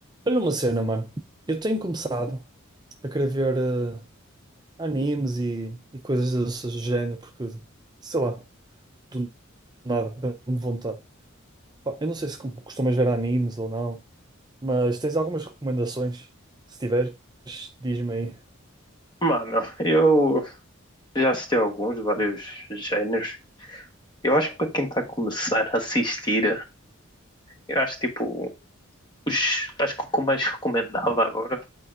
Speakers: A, on the right; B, on the left.
A: Olha uma cena, mano. Eu tenho começado a querer ver eh, animes e, e coisas desse género, porque, sei lá, do nada, dá-me vontade. Pá, Eu não sei se com- costumas ver animes ou não, mas tens algumas recomendações? Se tiveres, diz-me aí.
B: Mano, eu já assisti a alguns, vários géneros. Eu acho que para quem está a começar a assistir, eu acho tipo, os, acho que o que eu mais recomendava agora